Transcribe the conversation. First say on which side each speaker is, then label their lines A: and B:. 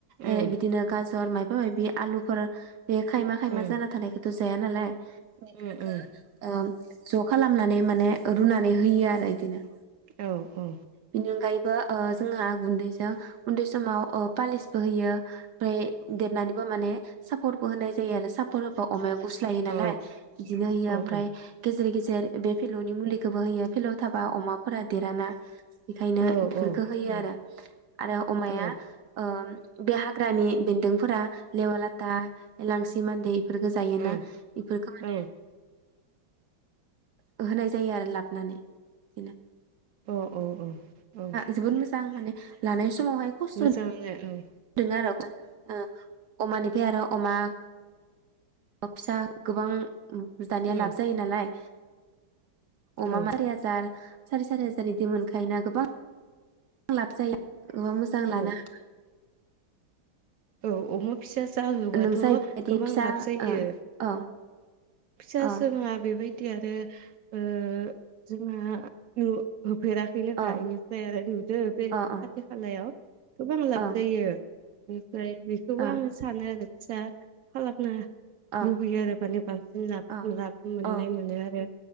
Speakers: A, on the right (about 65°); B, on the right (about 85°).
A: ओ
B: उम
A: बिदिनो गाजर माइ ओइ बे आलुफोर बे खायमा खायमा
B: उम
A: जा थानायखौथ' जाया नालाय बिफोरखौ
B: उम उम
A: ओ ज' खालामनानै माने रुनानै होयो आरो इदिनो
B: औ औ
A: बेनि अनगायैबो ओ जोंहा गुन्दै जों उन्दै समान ओ फालिसबो होयो आमफ्राय देरनानैबो माने साफरबो होनाय जायो आरो साफर होबा अमाया गुस्लायो नालाय‌
B: औ
A: बिदिनो होयो
B: औ
A: ओमफ्राय गेजेर गे जेर बे फिलौनि मुलिखौबो होयो‌‌ फिलौ थाबा अमाफोरा देराना बेखायनो
B: औ
A: इफोर
B: औ
A: खो होयो
B: उम
A: आरो आरो अमाया
B: औ
A: ओ बे हाग्रानि बेन्दोंफोरा लेवालाथा एलांसि मान्दै बेफोरखौ जायोना
B: उम
A: बेफोरखौ माने
B: औ
A: ओ होनाय जायो आरो लाबोनानै बिदिनो
B: अ अ अ औ
A: जोबोद बा माने लानाय समावहाय खस्थ'
B: मोजांनो औ
A: <unintelligible> आरो ओ अमानिफ्राय आरो आरो अमा फिसा गोबां दानिया
B: उम
A: लाब जायो नालाय अमा
B: औ
A: मा <unintelligible> सारि हाजार। सारि सारि हाजारनि इदि मोनखायोना गोबां लाब जायो अमा मोजां लानो
B: औ
A: हाबा
B: औ अमा फिसा जाहोबाथ
A: हागोन नोंसा बेबायदि
B: गोबां
A: फिसा
B: लाब जायो।
A: ओ अ
B: फिसा
A: अ
B: जोंहा बेबायदि आरो ओ जोंहा न होफेराखैनोखा
A: अ
B: इनिफ्राय आरो नुदो बे खाथि
A: अ
B: खालायाव गोबां लाब
A: अ
B: जायो बेनिफ्राय बेखौबो
A: अ
B: आङो सानो आरो आसा खालामना
A: अ
B: लुबैयो आरो माने बां लाब
A: अ
B: लाब मोननाय
A: अ
B: मोनो आरो।